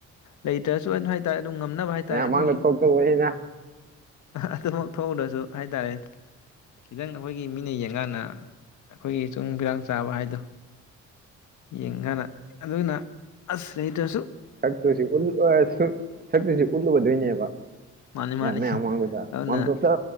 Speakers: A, on the left (about 70°); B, on the right (about 30°).
A: ꯂꯩꯇ꯭ꯔꯥꯁꯨ꯫ <unintelligible> ꯗꯨꯝ ꯉꯝꯅꯕ ꯍꯥꯏꯇꯥꯔꯦ
B: ꯃꯌꯥꯝ
A: ꯑꯩꯈꯣꯏꯒꯤ
B: ꯃꯥꯡꯗ ꯊꯣꯛꯇꯧꯕꯅꯤꯅ
A: ꯑꯗꯨꯃꯛ ꯊꯣꯛꯎꯗ꯭ꯔꯥꯁꯨ꯫ ꯍꯥꯏꯇꯥꯔꯦ꯫ ꯑꯩꯈꯣꯏꯒꯤ ꯃꯤꯅ ꯌꯦꯡꯉꯥꯟꯅ꯫ ꯑꯈꯣꯏꯒꯤ ꯆꯨꯡ ꯐꯤꯔꯥꯟꯆꯕ ꯍꯥꯏꯗꯨ ꯌꯦꯡꯉꯥꯅ ꯑꯗꯨꯅ ꯑꯁ꯫ ꯂꯩꯇ꯭ꯔꯥꯁꯨ꯫
B: ꯁꯛꯇꯣꯏꯁꯤ ꯎꯟ <unintelligible> ꯁꯤ꯫ ꯁꯛꯇꯣꯏꯁꯤ ꯎꯟ ꯑꯣꯏꯗꯣꯏꯅꯦꯕ꯫ <unintelligible>
A: ꯃꯥꯅꯤ ꯃꯥꯅꯤ
B: ꯃꯌꯥꯝ ꯃꯥꯡꯗꯨꯗ
A: ꯑꯗꯨꯅ
B: ꯃꯥꯝꯇꯣꯞꯆꯥ